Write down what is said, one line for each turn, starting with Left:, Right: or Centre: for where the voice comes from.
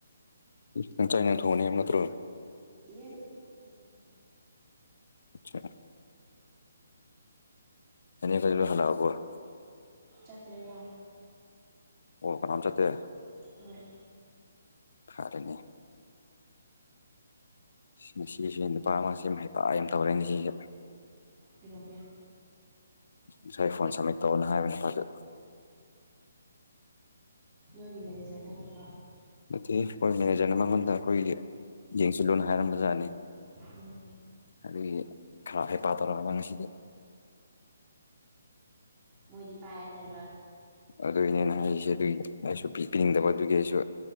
Left: ꯅ ꯆꯥꯏꯅ ꯊꯣꯡꯅꯤ ꯌꯥꯝ ꯅꯠꯇ꯭ꯔꯣ
Right: ꯏ ꯏ ꯊ
Left: ꯑꯆꯥ ꯑꯦꯅꯤ ꯀꯖ ꯍꯅ ꯍꯄꯨꯔ
Right: ꯆꯇꯔ
Left: ꯑꯣ ꯀꯅꯥꯝ ꯆꯦ
Right: ꯍꯣꯏꯣꯏ
Left: ꯐꯔꯅꯦ ꯁꯤꯒꯤꯁꯤꯦ ꯅꯨꯄꯥ ꯑꯃꯁꯤ ꯍꯥꯏ ꯌꯥꯝ ꯇꯧꯔꯦ ꯉ ꯁꯤꯁꯦ
Right: ꯀꯗꯊꯧꯒꯦ
Left: ꯉꯁꯥꯏ ꯐꯣꯟ ꯁꯝꯃꯤꯠ ꯇꯧꯅ ꯍꯥꯏꯕ ꯅꯨꯄꯥꯗ
Right: ꯅꯣꯏꯒꯤ ꯃꯦꯅꯦꯖꯔ ꯅꯠꯇꯕ꯭ꯔꯥ
Left: ꯅꯠꯇꯦ ꯑꯩꯈꯣꯏ ꯃꯦꯅꯦꯖꯔꯅ ꯃꯉꯣꯟꯗ ꯑꯩꯈꯣꯏ ꯌꯦꯡꯁꯤꯜꯂꯨꯅ ꯍꯥꯏꯔꯝꯕ ꯖꯥꯠꯅꯤ
Right: ꯎꯝ
Left: ꯑꯗꯨ ꯈꯔ ꯍꯦ ꯄ ꯇꯔꯕ ꯉꯁꯤꯗ
Right: ꯃꯣꯏꯗꯤ ꯄꯥꯏ ꯂꯩꯦ
Left: ꯑꯗꯨꯏꯅꯦꯅ ꯍꯥꯏꯔꯤꯁꯦ ꯑꯗꯨꯒꯤ ꯑꯩꯁꯨ ꯄꯤ ꯄꯤꯅꯤꯡꯗꯕ ꯑꯗꯨꯒꯤ ꯑꯩꯁꯨ